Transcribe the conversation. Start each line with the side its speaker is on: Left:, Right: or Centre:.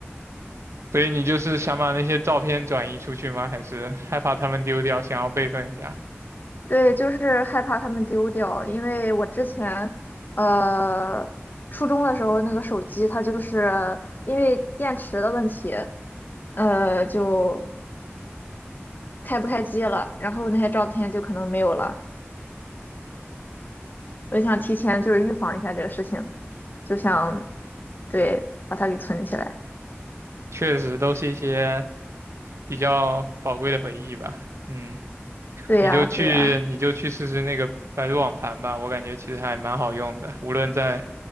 Right: 所以你就是想把那些照片转移出去吗？还是害怕他们丢掉，想要备份一下？
Left: 对，就是害怕他们丢掉，因为我之前呃初中的时候那个手机，它就是因为电池的问题，呃就开不开机了，然后那些照片就可能没有了。我就想提前就是预防一下这个事情，就想对把它给存起来。
Right: <laughs> 确实都是一些比较宝贵的回忆吧。嗯，
Left: 对呀，
Right: 你就去你就去试试那个百度网盘吧，
Left: 对呀，
Right: 我感觉其实还蛮好用的，无论在